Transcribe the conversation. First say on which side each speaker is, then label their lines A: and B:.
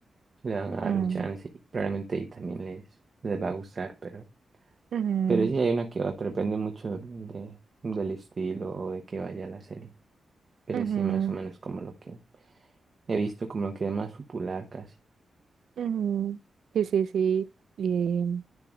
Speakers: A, on the right; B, on the right.
A: le van a dar
B: Mm,
A: un chance y probablemente y también les, les va a gustar, pero,
B: ujú,
A: pero sí hay una que otra, depende mucho de, del estilo o de que vaya la serie, pero
B: ujú,
A: sí más o menos como lo que he visto, como lo que es más popular casi.
B: ujú. Sí, sí, sí. Y